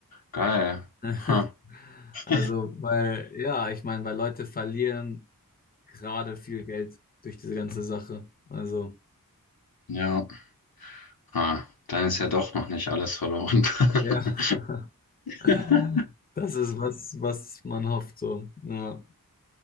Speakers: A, on the left; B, on the left.
A: geil.
B: <laughs>
A: Ha. <laughs>
B: Also, weil, ja, ich meine, weil Leute verlieren gerade viel Geld durch diese ganze Sache. Also,
A: Ja, ha. Dann ist ja doch noch nicht alles verloren. <laughs>
B: ja, <laughs>
A: Ja,
B: das ist was, was man hofft, so. Ja,